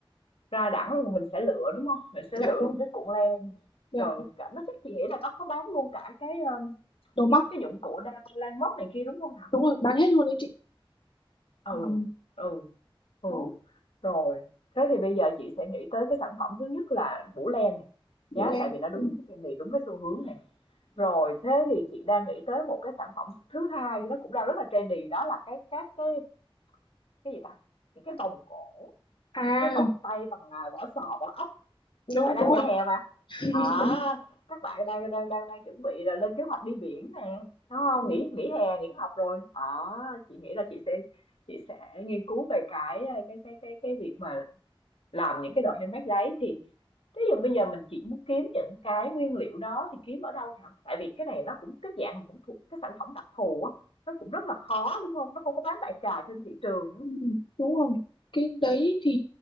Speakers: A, on the left; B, on the left.
A: ra đẳng luôn mình sẽ lựa đúng không? Mình sẽ
B: dạ
A: lựa
B: đúng
A: những cái cuộn len
B: dạ
A: rồi mình cả nó chắc chị nghĩ là nó có bán luôn cả cái ờ,
B: đồ móc
A: Cái dụng cụ đa lan móc này kia, đúng không Thảo?
B: đúng rồi bán hết luôn đấy chị
A: Ừ,
B: ừ.
A: ừ, ừ,
B: đó
A: rồi. Thế thì bây giờ chị sẽ nghĩ tới cái sản phẩm thứ nhất là mũ len này
B: bộ
A: nhá,
B: len
A: tại vì nó đúng
B: ừ.
A: cái trendy, đúng cái xu hướng này Rồi, thế thì chị đang nghĩ tới một cái sản phẩm thứ hai nó cũng đang rất là trendy, đó là cái các cái cái gì ta? Những cái vòng cổ,
B: à
A: những cái vòng tay bằng, à, vỏ sò, vỏ ốc.
B: đúng
A: tại đang
B: đúng rồi
A: mùa hè mà
B: <laughs>
A: à các bạn đang đang đang đang chuẩn bị là lên kế hoạch đi biển nè đúng không
B: Đúng.
A: nghỉ nghỉ hè nghỉ học rồi à, chị nghĩ là chị sẽ chị sẽ nghiên cứu về cái cái cái cái cái việc mà làm những cái đồ handmade đấy thì thế giờ bây giờ mình chỉ muốn kiếm những cái nguyên liệu đó thì kiếm ở đâu hả tại vì cái này nó cũng cái dạng mà cũng thuộc cái sản phẩm đặc thù á nó cũng rất là khó đúng không nó không có bán đại trà trên thị trường á.
B: Ừ, đúng rồi cái đấy thì